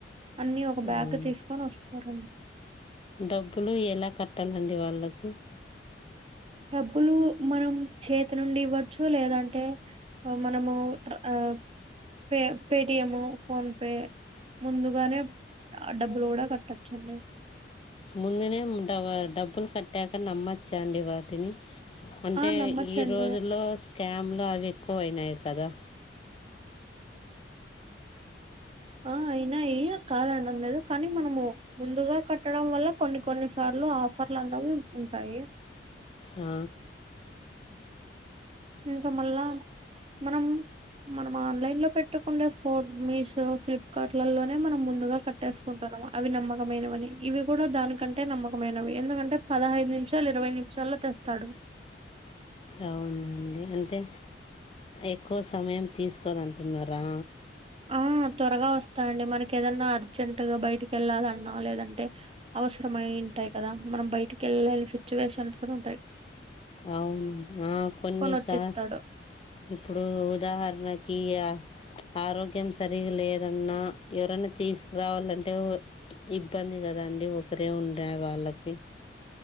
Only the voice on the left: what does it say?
అవును
డబ్బులు ఎలా కట్టాలండి వాళ్ళకి
ముందునే డవ డబ్బులు కట్టాక నమ్మచ్చండి వాటిని అంటే
ఈ రోజుల్లో స్కామ్ లో అవి కోయినాయి కదా
ఆ
అవునండి అంతే ఎక్కువ సమయం తీసుకోదంటున్నరా?
అవున్ ఆ కొన్నిసా
ఇప్పుడు ఉదాహరణకీ అ ఆరోగ్యం సరిగా లేదన్నా ఎవరన్న తీస్కురావాలంటే ఇబ్బంది కదండి ఒకరే ఉండే వాళ్ళకి